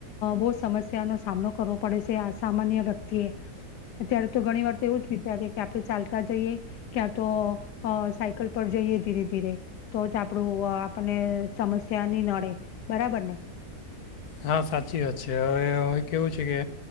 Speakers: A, on the left; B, on the left.
A: બહુ સમસ્યાનોો સામનો કરવો પડે છે સામાન્ય વ્યક્તિ એ અત્યારે તો ઘણી વાર તો એવું જ વિચારી કે આપણે ચાલતા જઈએ ક્યાં તો સાયકલ ઉપર જઈએ ધીરે ધીરે તો જ આપડું આપને સમસ્યા નહી નડે બરાબર ને?
B: હા સાચી વાત છે હવે હવે કેવું છે કે